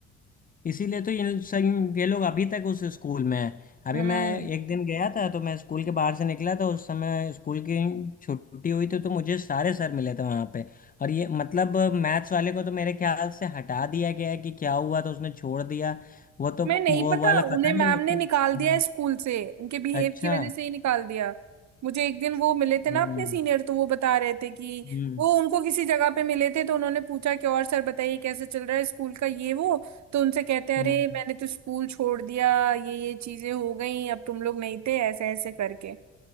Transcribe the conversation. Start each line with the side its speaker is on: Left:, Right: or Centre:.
Left: इसीलिए तो ये सब ये लोग अभी तक उस स्कूल में हैं अभी
Right: हम्म
Left: मैं एक दिन गया था तो मैं स्कूल के बाहर से निकला था उस समय स्कूल की छुट्टी हुई थी तो मुझे सारे सर मिले थे वहाँ पे और ये मतलब मैथ्स वाले को तो मेरे ख्याल से हटा दिया गया है कि क्या हुआ तो उसने छोड़ दिया वो तो
Right: मैं नहीं
Left: वो
Right: पता
Left: वाला पता
Right: उन्हें
Left: नहीं
Right: मैम
Left: लेकिन
Right: ने निकाल
Left: हम्म,
Right: दिया है स्कूल से उनके बिहेव
Left: अच्छा
Right: की वजह से ही निकाल दिया मुझे एक दिन वो मिले थे ना
Left: हम्म
Right: अपने सीनियर तो वो बता रहे थे कि
Left: हम्म
Right: वो उनको किसी जगह पे मिले थे तो उन्होंने पूछा कि और सर बताइए कैसे चल रहा है स्कूल का ये वो तो उनसे कहते हैं
Left: हम्म
Right: अरे मैंने तो स्कूल छोड़ दिया ये ये चीजें हो गई अब तुम लोग नहीं थे ऐसे ऐसे करके